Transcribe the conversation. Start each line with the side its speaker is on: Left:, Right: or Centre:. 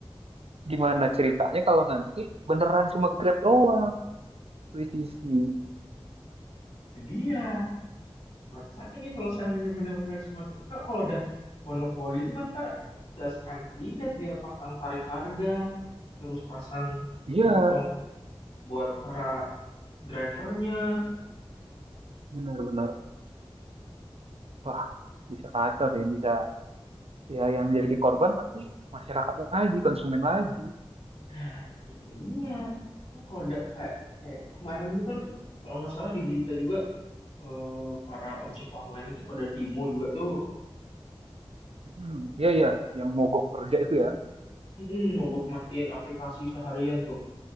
Right: Gimana ceritanya kalau nanti beneran cuma Grab doang akuisisi?
Left: Itu dia. Kocak ini kalau seandainya benar-benar cuma Nah, kalau udah monopoli itu kan ntar bisa seanak jidat dia pasang tarif harga, terus pasang
Right: Iya,
Left: potongan buat para drivernya.
Right: benar-benar. Wah, bisa kacau sih, bisa ya yang jadi korban pasti masyarakat lagi, konsumen lagi.
Left: Nah, itu dia. Kan kalau udah kayak kayak kemarin itu kan kalau nggak salah di berita juga eh, para ojek online itu pada demo juga tuh.
Right: Hmm, iya iya,
Left: Nah,
Right: yang mogok kerja itu
Left: kan?
Right: ya.
Left: Mm-mm, mogok matiin aplikasi seharian tuh.